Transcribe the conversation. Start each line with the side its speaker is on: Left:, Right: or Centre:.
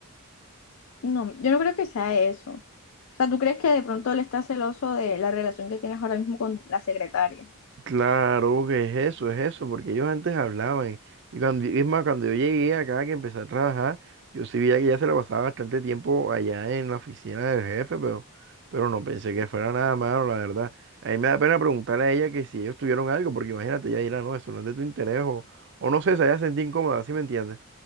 Left: No, yo no creo que sea eso. O sea, ¿tú crees que de pronto él está celoso de la relación que tienes ahora mismo con la secretaria?
Right: Claro que es eso, es eso, porque ellos antes hablaban. Y cuando, es más, cuando yo llegué acá, que empecé a trabajar, yo sí veía que ya se la pasaba bastante tiempo allá en la oficina del jefe, pero, pero no pensé que fuera nada malo, la verdad. A mí me da pena preguntarle a ella que si ellos tuvieron algo, porque imagínate, ella dirá, no, eso no es de tu interés, o, o no sé, se haya sentido incómoda, ¿sí me entiendes?